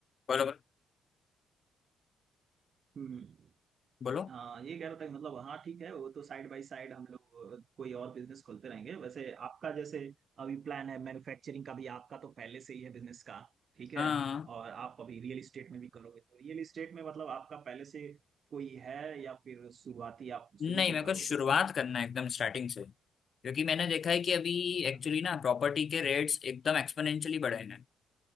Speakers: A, on the left (about 50°); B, on the right (about 50°).
A: बोलो बोलो
B: हम्म
A: बोलो
B: हाँ ये कह रहा था कि मतलब हाँ ठीक है वो तो साइड बाय साइड हम लोग कोई और बिजनेस खोलते रहेंगे वैसे आपका जैसे अभी प्लान है मैन्युफैक्चरिंग का भी आपका तो पहले से ही है बिजनेस का ठीक है
A: हाँ
B: और आप अभी रियल इस्टेट में भी करोगे तो रियल इस्टेट में मतलब आपका पहले से कोई है या फिर शुरुआती आप
A: नहीं
B: शुरू से
A: मेरे
B: करोगे
A: को शुरुआत करना है एकदम स्टार्टिंग से क्योंकि मैंने देखा है कि अभी एक्चुअली
B: अच्छा
A: ना प्रॉपर्टी के रेट्स एकदम एक्सपोनेंशियली बढ़े हैं